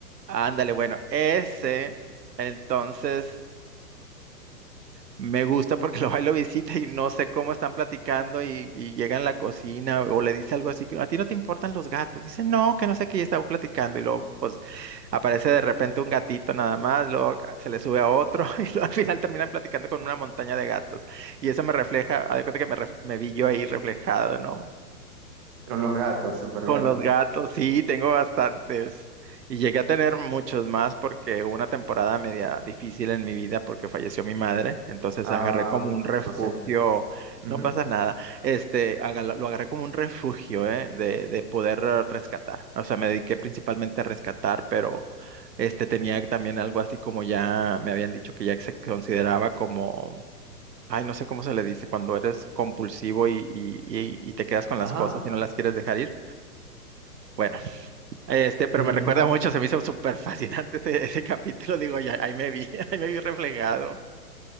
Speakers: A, on the right (about 80°); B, on the right (about 15°).
A: ándale, bueno, ese, entonces... Me gusta porque <laughs> lo va y lo visita y no sé cómo están platicando y, y llega en la cocina o le dice algo así, que, a ti no te importan los gatos. Dice, no, que no sé qué, ya estaba platicando y luego pues aparece de repente un gatito nada más, luego ca- se le sube a otro <laughs> y luego al final terminan platicando con una montaña de gatos. Y eso me refleja, haz de cuenta que me, ref- me vi yo ahí reflejado, ¿no?
B: Con los gatos, super
A: Con
B: gatos.
A: los gatos, sí, tengo bastantes. Y llegué a tener muchos más porque hubo una temporada media difícil en mi vida porque falleció mi madre. Entonces
B: Ah,
A: agarré como un refugio,
B: lo siento. Ujú.
A: no pasa nada. Este, agarra- lo agarré como un refugio, ¿eh? De, de poder eh, rescatar. O sea, me dediqué principalmente a rescatar, pero este tenía también algo así como ya me habían dicho que ya se consideraba como, ay, no sé cómo se le dice, cuando eres compulsivo y, y y- y te quedas con las
B: Ajá.
A: cosas y no las quieres dejar ir. Bueno, este, pero
B: Mm,
A: me recuerda mucho, se me hizo súper fascinante ese, ese capítulo, digo, ya, ahí me vi, <laughs> ahí me vi reflejado,